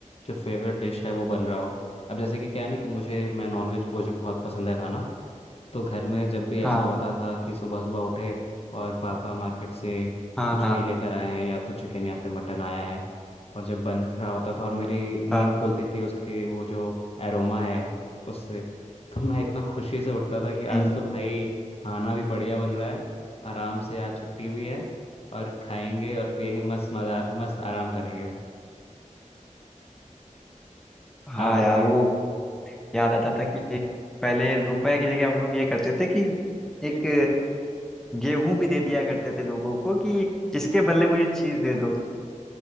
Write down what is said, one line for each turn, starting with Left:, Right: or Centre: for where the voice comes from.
Left: जो फेवरेट डिश है वो बन रहा हो अब जैसे कि क्या है ना कि मुझे मैं नॉनवेज मुझे बहुत पसंद है खाना तो घर में जब भी ऐसा
Centre: हाँ
Left: होता था कि सुबह सुबह उठे और पापा मार्केट से
Centre: हाँ
Left: कुछ
Centre: हाँ
Left: भी लेकर आए हैं या तो चिकन या फिर मटन आया है और जब बन रहा होता था और मेरी
Centre: हाँ
Left: नींद खुलती थी उसके वो जो एरोमा है उससे तो मैं इतना खुशी से उठता था कि
Centre: हम्म,
Left: आज तो भाई खाना भी बढ़िया बन रहा है आराम से आज छुट्टी हुई है और खाएंगे और पिएंगे मस्त मजा मस्त आराम करेंगे
Centre: हाँ
Left: आप बताइए
Centre: यार वो याद आता था कि पहले रुपए की जगह हम लोग ये करते थे कि एक गेहूं भी दे दिया करते थे लोगों को कि इसके बदले मुझे चीज दे दो